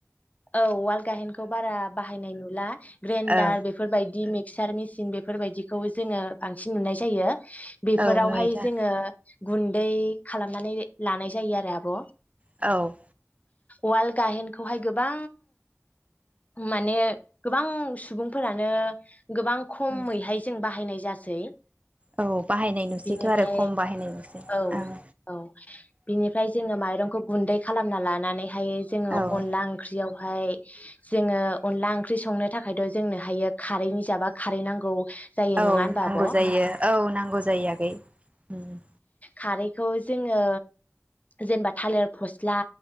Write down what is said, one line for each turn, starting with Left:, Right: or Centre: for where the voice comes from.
Left: औ वाल गाहेनखौ बारा बाहायनाय नु ला ग्रेनडार
Right: औ
Left: बेफोरबायदि मिक क्सार मेसिन बेफोरबायदिखौ जोङो बांसिन नुनाय जायो बेफोरावहाय
Right: औ नुयो दा
Left: जोङो गुन्दै खालामनानै लानाय जायो आरो आब'
Right: औ
Left: वाल गाहेनखौहाय गोबां माने गोबां सुबुंफोरानो गोबां खमैहाय
Right: औ
Left: जों बा बाहायनाय जासै ।
Right: औ बाहायनाय नुसैथ'
Left: बिनिफ्राय
Right: आरो खम बाहायनाय नुसै
Left: औ
Right: ओं
Left: औ बिनिफ्राय जोङो माइरंखौ गुन्दै खालामना लानानैहाय जोङो
Right: ओं
Left: अनला बेवहाय जोङो अनला ओंख्रि संनो थाखायथ' जोंनो हायो खारैनि जाबा खारै नांगौ जायो
Right: औ
Left: नङा होनबा
Right: नांगौ
Left: आब' औ
Right: जायो औ नांगौ जायो आगै उम ।
Left: खारैखौ जोङो जेनबा थालिर फस्ला